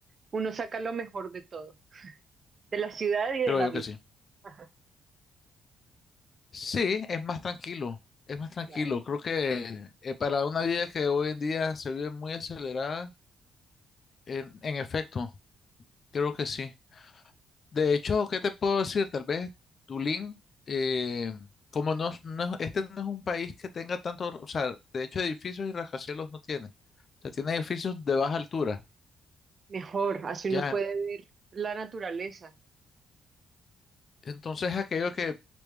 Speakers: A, on the right (about 40°); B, on the left (about 45°).
A: uno saca lo mejor de todo, de la ciudad y de
B: creo
A: la
B: yo
A: vida.
B: que sí.
A: Ajá,
B: Sí, es más tranquilo, es más tranquilo.
A: claro.
B: Creo que eh, para una vida que hoy en día se vive muy acelerada, en, en efecto, creo que sí. De hecho, ¿qué te puedo decir? Tal vez Tulín, eh, como no, es- no es- este no es un país que tenga tanto, o sea, de hecho edificios y rascacielos no tiene. O sea, tiene edificios de baja altura.
A: Mejor, así uno
B: Ya,
A: puede ver la naturaleza.
B: entonces aquello que